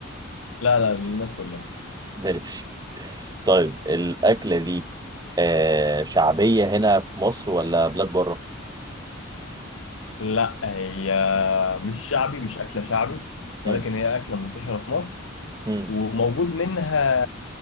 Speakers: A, on the left; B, on the right.
A: لا لا للناس كلها
B: ماشي طيب الأكلة دي آه شعبية هنا في مصر ولا بلاد بره
A: لا هي مش شعبي مش اكله شعبي ولكن
B: مم.
A: هي اكله منتشره في مصر
B: مم.
A: وموجود منها